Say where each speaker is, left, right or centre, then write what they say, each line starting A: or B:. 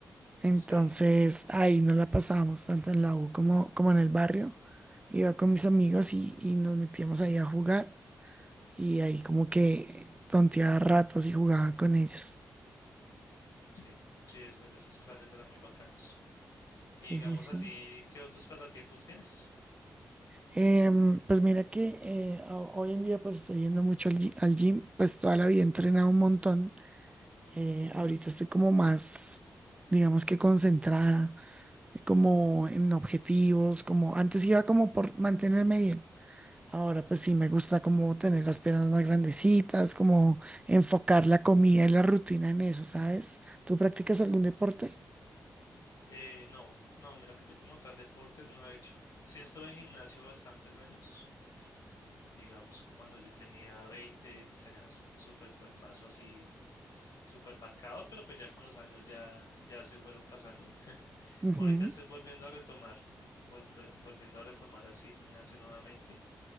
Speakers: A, on the right; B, on the left.
A: Entonces
B: Sí,
A: ahí no la pasábamos tanto en la U como, como en el barrio. Iba con mis amigos y, y nos metíamos ahí a jugar y ahí como que tonteaba ratos y jugaba con ellos.
B: sí, sí, eso- esos planes eran muy bacanos.
A: Sí,
B: Y digamos
A: sí, sí.
B: así, ¿qué otros pasatiempos tienes?
A: Em, pues mira que eh, ho- hoy en día pues estoy yendo mucho al, gi- al gym, pues toda la vida he entrenado un montón. Eh, ahorita estoy como más, digamos que concentrada, eh, como en objetivos, como antes iba como por mantenerme bien. Ahora pues sí me gusta como tener las piernas más grandecitas, como enfocar la comida y la rutina en eso, ¿sabes? ¿Tú practicas algún deporte?
B: Eh, no, no, mira que yo como tal deportes no he hecho. Sí estuve en gimnasio bastantes años. Digamos que cuando yo tenía 20, pues tenía s- súper cuerpazo así, súper marcado, pero pues ya con los años ya, ya se fueron pasando. <laughs>
A: Ujú,
B: Ahorita estoy volviendo a retomar, volve- volviendo a retomar así el gimnasio nuevamente.